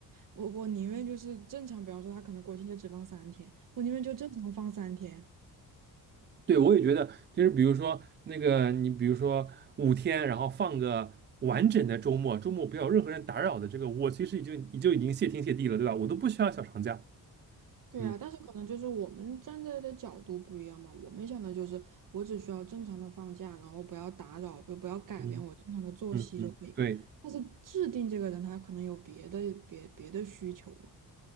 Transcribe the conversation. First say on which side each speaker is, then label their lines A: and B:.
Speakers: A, on the right (about 55°); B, on the right (about 30°).
A: 我我宁愿就是正常，比方说他可能国庆节只放三天，我宁愿就正常放三天。
B: 对，我也觉得，就是比如说那个，你比如说五天，然后放个完整的周末，周末不要有任何人打扰的这个，我其实已经已就已经谢天谢地了，对吧？我都不需要小长假。
A: 对啊，
B: 嗯
A: 但是可能就是我们站在的角度不一样嘛。我们想的就是，我只需要正常的放假，然后不要打扰，就不要改变我正常的作息就可以。
B: 嗯嗯嗯，对
A: 但是制定这个人，他可能有别的别别的需求嘛。